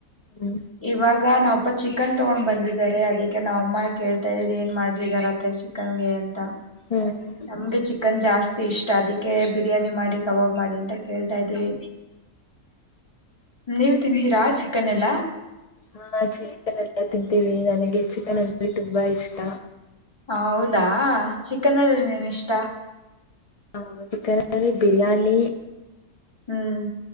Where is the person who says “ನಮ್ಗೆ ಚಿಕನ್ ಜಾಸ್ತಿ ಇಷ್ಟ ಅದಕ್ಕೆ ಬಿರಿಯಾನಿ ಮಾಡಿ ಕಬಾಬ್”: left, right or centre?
Left